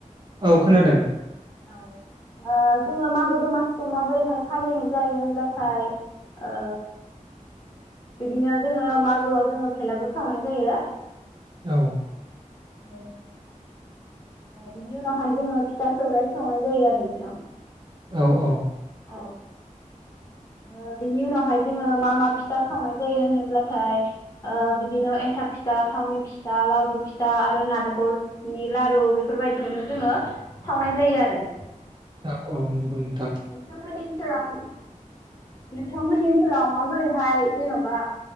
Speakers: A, on the right; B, on the left.
A: औ खोनादों
B: औ ओ जोङो मागो दमासिखौ माबोरैहाय फालिनाय जायो होनब्लाथाय औ बिदिनो जोङो मागोआव जोङो भेलागुर सावनाय जायो ।
A: औ ।
B: औ । बिनि उनावहाय जोङो फिथा सौराय सावनाय जायो आरो नोंथां ।
A: औ औ ।
B: औ । ओ बिनि उनावहाय जोङो मा मा फिथा सावनाय जायो होनोब्लाथाय बिदिनो एन्थाब फिथा, थावनि फिथा, लावदुम फिथा आरो नालेंखलनि लारु बेफोरबायदिखौनो जोङो सावनाय जायो आरो
A: औ । औ नंगौ नोंथां।
B: नोंथांमोननि ओनसोलाव नोंथांमोननि ओनसोलाव माबोरैहाय जेन'बा